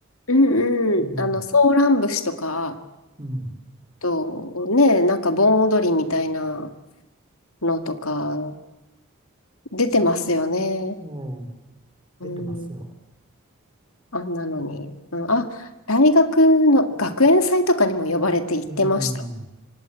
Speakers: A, on the left; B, on the right.
A: うんうん。
B: うん、
A: あの、ソーラン節とか、
B: うん、
A: と、ね、なんか盆踊りみたいなのとか、出てますよね。
B: ええ、
A: うん。
B: 出てますよ。
A: あんなのに。うん、あ、大学の学園祭とかにも呼ばれて行ってました。
B: うん。